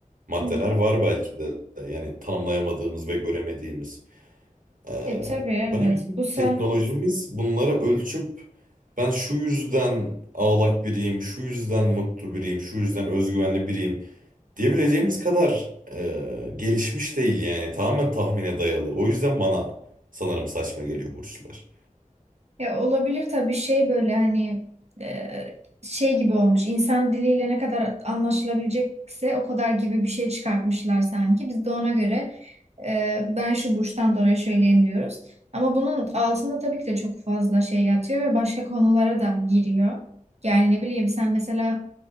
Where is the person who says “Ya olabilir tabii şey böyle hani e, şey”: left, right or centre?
Right